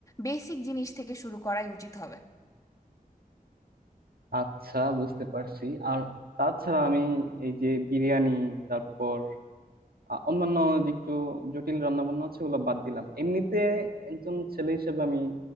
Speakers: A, on the left; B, on the right.
A: বেসিক জিনিস থেকে শুরু করাই উচিত হবে
B: আচ্ছা বুঝতে পারছি আর তাছাড়া আমি এই যে বিরিয়ানি তারপর আ, অন্যান্য যে একটু জটিল রান্না বান্না আছে ওগুলো বাদ দিলাম এমনিতে একজন ছেলে হিসেবে আমি